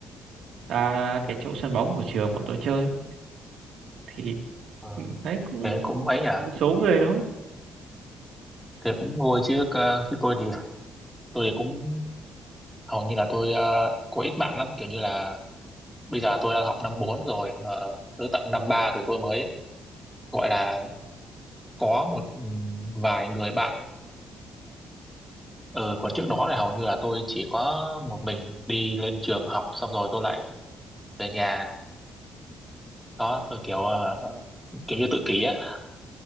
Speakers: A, on the right; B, in the centre.
A: ra cái chỗ sân bóng của trường bọn tôi chơi thì
B: ờ,
A: đấy cũng
B: thế cũng ấy nhỉ
A: một số người thôi
B: thế cũng vui chứ ờ, chứ tôi thì tôi thì cũng hầu như là tôi ờ, có ít bạn lắm kiểu như là bây giờ tôi đang học năm 4 rồi mà tới tận năm 3 rồi tôi mới gọi là có một ừm, vài người bạn ừ, còn trước
A: ừ.
B: đó là hầu như là tôi chỉ có một mình đi lên trường học xong rồi tôi lại về nhà đó tôi kiểu ờ, kiểu như tự kỷ á